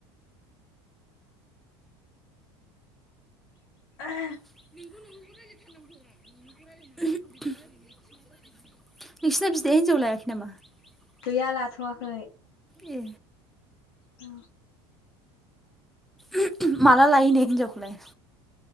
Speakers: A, on the left; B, in the centre.
A: <inaudible>
B: नोंसिना बिदाया हिनजाव लायाखै नामा
A: गैया लाथ'वाखै
B: ए
A: औ
B: उम उम माला लायोनो हिनजावखौलाय